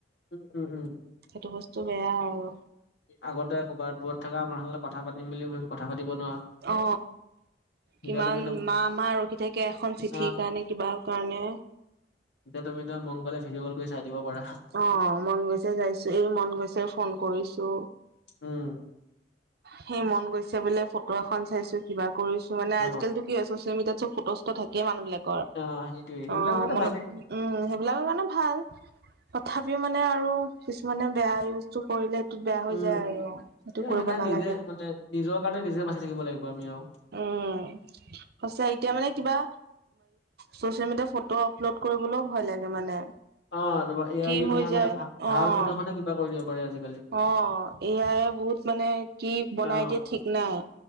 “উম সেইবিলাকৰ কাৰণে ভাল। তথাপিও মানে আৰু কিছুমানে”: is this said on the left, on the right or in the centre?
Right